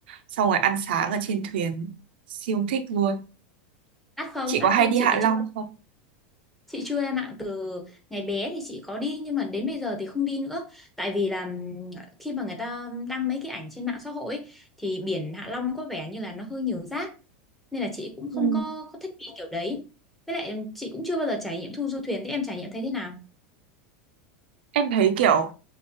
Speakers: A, on the right; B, in the centre.
A: xong rồi ăn sáng ở trên thuyền siêu thích luôn
B: đắt không
A: chị
B: đắt
A: có hay
B: không
A: đi
B: chị
A: Hạ
B: thì
A: Long
B: chưa
A: không
B: chị chưa em ạ từ ngày bé thì chị có đi nhưng mà đến bây giờ thì không đi nữa tại vì là ừm, khi mà người ta đăng mấy cái ảnh trên mạng xã hội ấy, thì biển Hạ Long có vẻ như là nó hơi nhiều rác nên là chị cũng
A: Ừ.
B: không có có thích đi kiểu đấy với lại em- chị cũng chưa bao giờ trải nghiệm thu du thuyền thế em trải nghiệm thấy thế nào
A: em thấy kiểu